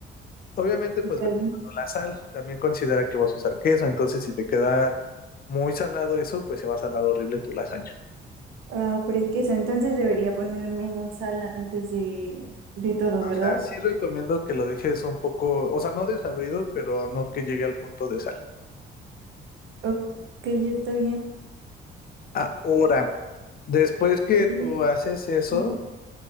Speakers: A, on the left; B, on the right.
A: Obviamente,
B: Está
A: pues ve
B: bien.
A: probando la sal. También considera que vas a usar queso. Entonces, si te queda muy salado eso, pues se va a salar horrible tu lasaña.
B: Ah, pero es que eso, entonces debería poner menos sal antes de, de todo,
A: Ajá,
B: ¿verdad?
A: sí recomiendo que lo dejes un poco, o sea, no desabrido, pero no que llegue al punto de sal.
B: O- Ok, ya está bien.
A: Ahora, después que
B: Y,
A: tú haces eso,
B: ajá,